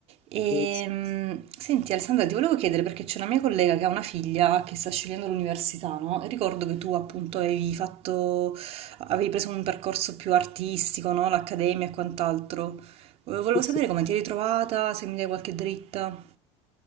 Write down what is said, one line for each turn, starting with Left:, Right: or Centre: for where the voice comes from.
Right: E,
Left: Sì, sì,
Right: senti Alessandra, ti volevo chiedere perché c'è una mia collega che ha una figlia che sta scegliendo l'università, no? E ricordo che tu appunto avevi fatto, avevi preso un percorso più artistico, no? L'accademia e quant'altro. Volevo
Left: sì.
Right: sapere
Left: sì.
Right: come ti eri trovata, se mi dai qualche dritta.